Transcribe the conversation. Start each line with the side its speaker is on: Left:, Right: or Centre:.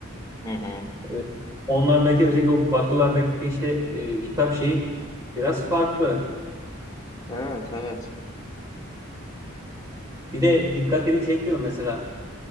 Left: hı hı.
Right: E, onlardaki özellikle o batılardaki işte e, hitap şeyi biraz farklı.
Left: Evet evet.
Right: Bir de dikkatini çekti mi mesela